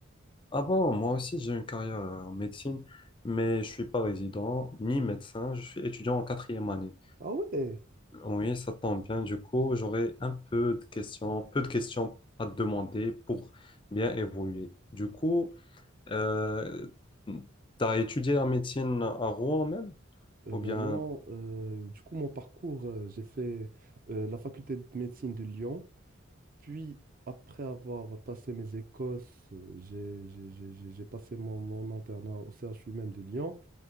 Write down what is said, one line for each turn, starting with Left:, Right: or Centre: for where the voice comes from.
Left: Ah bon, moi aussi j'ai une carrière euh, en médecine, mais je suis pas résident ni médecin, je suis étudiant en quatrième année.
Right: Ah ouais?
Left: Oui, ça tombe bien, du coup, j'aurai un peu de questions, peu de questions à te demander pour bien évoluer. Du coup, euh, t'as étudié la médecine à Rouen même?
Right: Euh,
Left: Ou
Right: ben
Left: bien...
Right: non, euh, du coup, mon parcours, euh, j'ai fait euh, la faculté de médecine de Lyon, puis après avoir passé mes écosses, euh, j'ai j'ai- j'ai- j'ai- j'ai passé mon, mon internat au CHU même de Lyon.